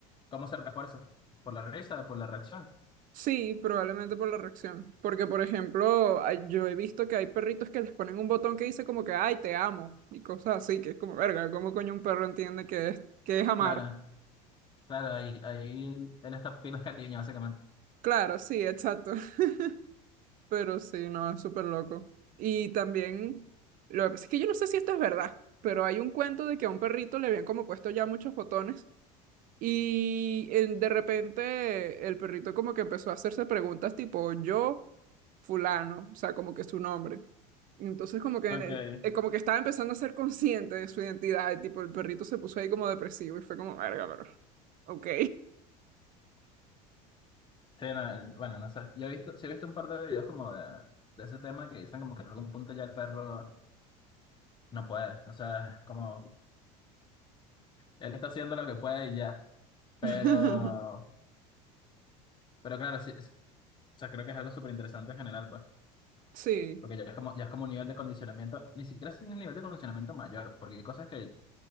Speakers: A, on the left (about 25°); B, on the right (about 50°).
A: ¿cómo se refuerza? Por la risa, por la reacción.
B: Sí, probablemente por la reacción. Porque, por ejemplo, hay- yo he visto que hay perritos que les ponen un botón que dice como que, ay, te amo, y cosas así, que es como, verga, ¿cómo coño un perro entiende que es, que es amar?
A: Claro, claro, ahí, ahí él, él está pidiendo cariño, básicamente.
B: Claro, sí, exacto. <laughs> Pero sí, no, es súper loco. Y también, lo que pasa es que yo no sé si esto es verdad, pero hay un cuento de que a un perrito le habían como puesto ya muchos botones Y en- de repente el perrito como que empezó a hacerse preguntas tipo yo, fulano, o sea, como que su nombre. Entonces como que,
A: Ok.
B: en- en- eh, como que estaba empezando a ser consciente de su identidad y tipo el perrito se puso ahí como depresivo y fue como, verga, pero, ok.
A: Sí, no, eh, bueno, no sé. Yo he visto, sí he visto un par de videos como de, de ese tema que dicen como que en algún punto ya el perro no puede. O sea, como él está haciendo lo que puede y ya. Pero,
B: <laughs>
A: pero claro, sí, sí. o sea, creo que es algo súper interesante en general, pues.
B: Sí,
A: Porque ya es como, ya es como un nivel de condicionamiento, ni siquiera es un nivel de condicionamiento mayor, porque hay cosas que